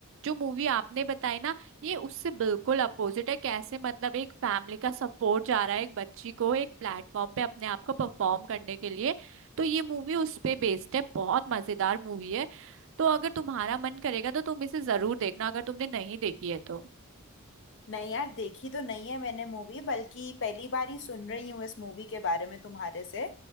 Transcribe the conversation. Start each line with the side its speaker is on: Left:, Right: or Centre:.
Right: जो मूवी आपने बताई ना ये उससे बिल्कुल अपोजिट है कैसे मतलब एक फैमिली का सपोर्ट जा रहा है एक बच्ची को एक प्लेटफॉर्म पे अपने आप को परफॉर्म करने के लिए तो ये मूवी उस पे बेस्ड है बहुत मजेदार मूवी है तो अगर तुम्हारा मन करेगा तो तुम इसे जरूर देखना अगर तुमने नहीं देखी है तो
Left: नहीं यार देखी तो नहीं है मैंने मूवी बल्कि पहली बार ही सुन रही हूँ इस मूवी के बारे में तुम्हारे से